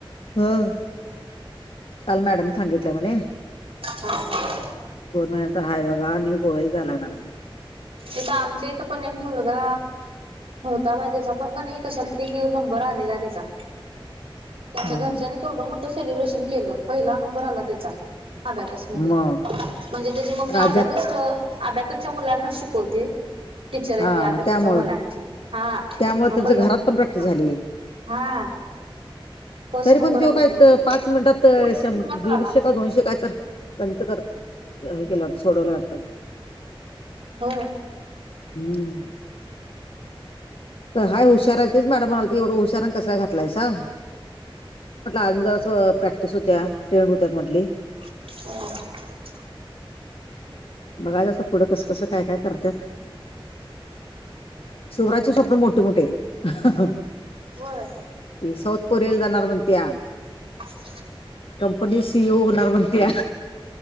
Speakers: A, on the left; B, on the right.
A: हं काल मॅडम सांगितलं म्हणे
B: हम् <inaudible>
A: दोन महिन तर हाय बाबा आणि गोवल झाला लागणार
B: इथ आमचा इथं पण एक मुलगा होता बा त्याचा पण का नाही कशात तरी नंबर आलेला त्याचा. त्यांच्या
A: हा
B: घरच्यांनी
A: हा.
B: केवढं मोठं सेलिब्रेशन केलं पहिला नंबर आला त्याचा अबॅकस मध्ये
A: मग
B: म्हणजे त्याची मम्मी
A: राज्यात
B: अबॅकस च्या मुलांना शिकवते टीचर आहेत
A: हा
B: या अबकसच्या
A: त्यामुळं
B: मुलांची हा
A: त्यामुळे त्यांच
B: पहिला
A: घरात पण प्रॅक्टिस
B: <inaudible>
A: झाली.
B: हा फर्स्ट
A: तरी
B: नंबर
A: पण तो
B: आला
A: काय पाच मिनिटात
B: पुण्यात
A: दीडशे
B: आला.
A: का दोनशे काय तर पंत कर हे के सोडवला वाटतं
B: हो.
A: हम्म. हाय हुशार आहे तेच मॅडम म्हणाली होति एवढं हुशार कसकाय घातलायस आ अंद प्रॅक्टिस होत्या ट्रेंड होत्या मधली
B: <inaudible>
A: बघाय जातं पुढं कसं कसं काय काय करत्यात. शवराचे स्वप्न मोठे मोठे आहेत. <unintelligible>
B: होय
A: ते साऊथ कोरियाला जाणार म्हणत्या.
B: <unintelligible> <inaudible>
A: कंपनी सी ई ओ होणार म्हणत्या.